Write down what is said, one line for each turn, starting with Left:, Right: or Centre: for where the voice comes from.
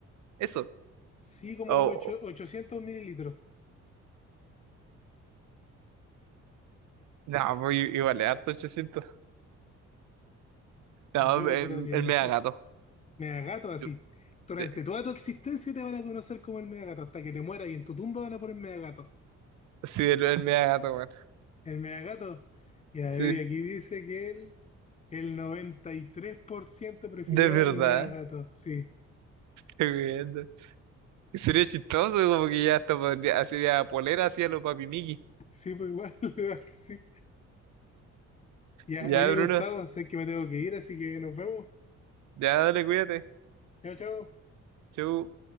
Right: eso.
Left: Sí, como
Right: O,
Left: ocho- 800 mililitros.
Right: no, pues i- igual es harto 800. No,
Left: Yo
Right: el,
Left: creo que
Right: el
Left: es mejor.
Right: mega gato.
Left: Megagato, así.
Right: Yo-
Left: Durante
Right: Sí,
Left: toda tu existencia te van a conocer como el Megagato, hasta que te mueras y en tu tumba van a poner Megagato.
Right: sí, el, el mega gato, weón.
Left: El Megagato. Y a
Right: Sí,
Left: ver, y aquí dice que él, el 93% prefirió
Right: de verdad.
Left: el Megagato. Sí,
Right: Qué bien. Sería chistoso, como que ya hasta podría, sería polera, hacía los papi Miki.
Left: sí, pues igual, <laughs> la verdad que sí. Ya,
Right: Ya,
Left: oye,
Right: Bruno,
Left: Gustavo, sé que me tengo que ir, así que nos vemos.
Right: ya dale, cuídate.
Left: Chao, chao.
Right: Chau.